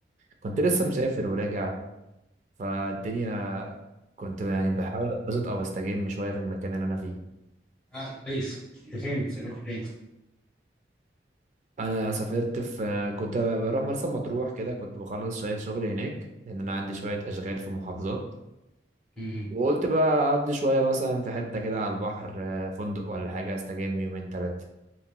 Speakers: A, on the right; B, in the centre.
A: كنت لسه مسافر وراجع فالدنيا كنت يعني بحاول اتبسط او استجم شويه في المكان اللي انا فيه
B: آه كويس أنت فين سافرت فين
A: انا سافرت في كنت بروح مرسى مطروح كده كنت بخلص شويه شغل هناك لان انا عندي شويه اشغال في محافظات
B: امم
A: وقلت بقى اقضي شويه مثلا في حته كده على البحر آه، فندق ولا حاجه استجم يومين ثلاثه